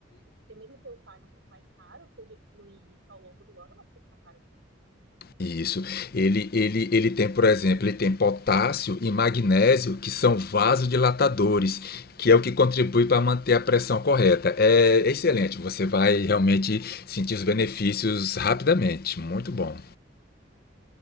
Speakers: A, on the right; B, on the left.
A: se mesmo que eu pague um pouco mais caro, se eu diluir isso ao longo do ano, não fica tão caro assim.
B: Isso. Ele, ele, ele tem, por exemplo, ele tem potássio e magnésio, que são vasodilatadores, que é o que contribui para manter a pressão correta. É excelente, você vai realmente sentir os benefícios rapidamente. Muito bom.